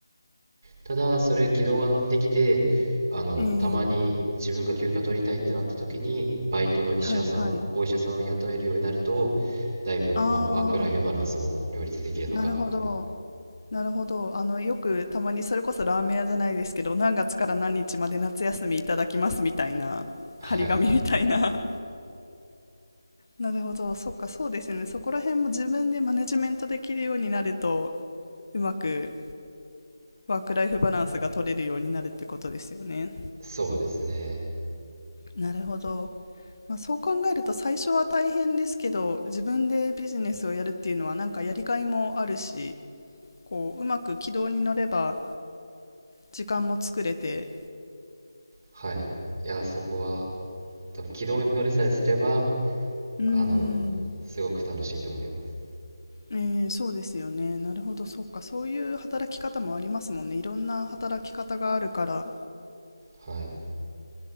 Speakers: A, on the right; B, on the left.
A: ただ、それ軌道が乗ってきて、あの、
B: ええ、
A: たまに自分が休暇取りたいってなった時に、バイトの医者さんを、
B: はいはい。
A: お医者さんを雇えるようになると、だいぶ、
B: あ
A: まあ、ワークライフバランスも両立できるのかなっていう。
B: あ、なるほど。なるほど。あの、よくたまにそれこそラーメン屋じゃないですけど、何月から何日まで夏休みいただきますみたいな、
A: はい。
B: 張り紙みたいななるほど、そっか、そうですよね。そこら辺も自分でマネジメントできるようになると、うまくワークライフバランスが取れるようになるってことですよね。
A: そうですね。
B: なるほど。まあ、そう考えると最初は大変ですけど、自分でビジネスをやるっていうのはなんかやりがいもあるし、こう、うまく軌道に乗れば時間も作れて、
A: はい。いや、そこは、多分軌道に乗れさえすれば、
B: うーん、
A: あの、すごく楽しいと思います。
B: えーそうですよね。なるほど、そっか、そういう働き方もありますもんね。いろんな働き方があるから。
A: はい。